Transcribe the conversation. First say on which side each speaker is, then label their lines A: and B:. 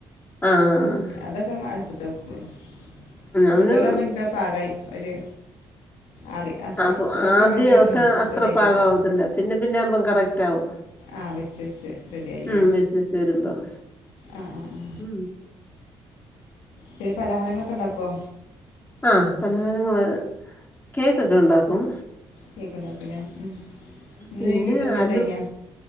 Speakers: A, on the left; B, on the left.
A: ആ.
B: അതൊക്കെ അടുപ്പത്ത വെക്കോളൂ കുക്കറിലാകുമ്പോ
A: അവന്
B: ഇനിക്ക്അത് പാകായി ഒരു. ആറി <unintelligible>
A: അത്
B: ക്കെ
A: ആദ്യം
B: അങ്ങട്ട്
A: ഒക്കെ അത്ര
B: റെഡി ആയികിട്ടോയ്‌.
A: പാകമാവത്തില്ല പിന്നെ പിന്നെ ആകുമ്പം കറക്റ്റ് ആവും
B: ആ വെച്ച് വെച്ച് റെഡി ആയില്ലേ
A: ഉം വെച്ച് വെച്ച് വരുമ്പം
B: ആ ആ ആ.
A: ഉം
B: പിന്നെ പലഹാരങ്ങളൊക്കെ ഉണ്ടാകോ.
A: ആഹ പലഹാരങ്ങള് കേക്കൊക്കെ ഉണ്ടാക്കും.
B: കേക്ണ്ടാകുംലെ ഉം ഇന്ന്
A: പിന്നെ
B: വെ യ്ഗീട്ട്എന്തേലും
A: അലു
B: ഇണ്ടായിന്ന.